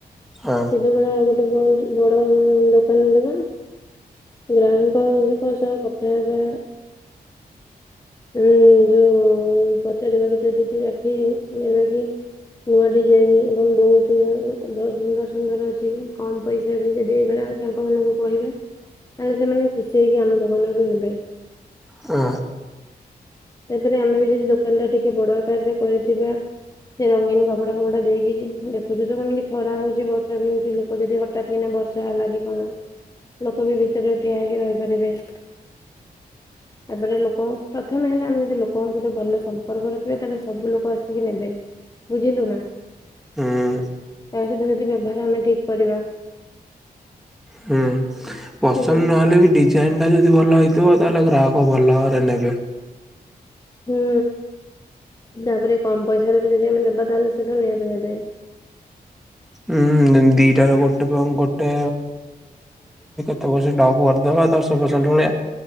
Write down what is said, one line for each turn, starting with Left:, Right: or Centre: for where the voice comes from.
Centre: ହଁ।
Left: ସେତେବେଳେ ଆଉ ଗୋଟେ ବ ବଡ଼ ଦୋକାନ ଦବା। ଗ୍ରାହକ ଙ୍କ ସହ କଥା ହେବା। ଉଁ ଯୋଉ ପଚାରିବା କି ଯଦି <unintelligible> ନେବେ କି ନୂଆ ଡିଜାଇନ୍ ଏବଂ ବହୁତ୍ ବହୁତ୍ ସୁନ୍ଦର ସୁନ୍ଦର ଅଛି କମ୍ ପଇସା ବି ଯଦି ଏଇଭଳି ତାଙ୍କ ମାନଙ୍କୁ କହିବେ। ତାହେଲେ ସେମାନେ ଖୁସି ହେଇକି ଆମ ଦୋକାନରୁୁ ନେବେ।
Centre: ହୁଁ।
Left: ତାପରେ ଆମେ ବି ଯଦି ଦୋକାନ ଟା ଟିକେ ବଡ଼ ଆକାର ରେ କ ଥିବା ସେ ରଙ୍ଗୀନ କପଡ଼ା ଫପଡା଼ ଦେଇକି ଏବେ ତ କେମିତି ଖରା ହଉଛି ବର୍ଷା ବି ହଉଛି ଲୋକ ଯଦି ହଠାତ୍ କିନା ବର୍ଷା ହେଲା କି କଣ ଲୋକ ବି ଭିତରେ ଠିଆ ହେଇକି ରହିପାରିବେ। ତାପରେ ଲୋକଙ୍କ ପ୍ରଥମେ ହେଲା ଆମେ ଯଦି ଲୋକଙ୍କ ସହିତ ଭଲ ସମ୍ପର୍କ ରଖିବା ତାହେଲେ ସବୁ ଲୋକ ଆସିକି ନେବେ। ବୁଝିଲୁ ନା ତା
Centre: ହୁଁ
Left: ସହିତ ଯଦି ବ୍ୟବହାର ଆମେ ଠିକ୍ କରିବା।
Centre: ହୁଁ ପସନ୍ଦ
Left: ଠିକ୍ ଅଛି।
Centre: ନହେଲେ ବି ଡି ଡିଜାଇନ୍ ଟା ଯଦି ଭଲ ହେଇଥିବ ତାହେଲେ ଗ୍ରାହକ ଭଲ ଭାବରେ ନେବେ।
Left: ହୁଁ ତାପରେ କମ୍ ପଇସାାରେ ବି ଯଦି ଆମେ ଦେବା ତାହେଲେ ସେତ ନିହାତି ନେବେ।
Centre: ହୁଁ ଦିଟା ର <unintelligible> ମୁଁ କହୁଛି <unintelligible> ଦଶ ପ୍ରସେଣ୍ଟ୍ ଭଳିଆ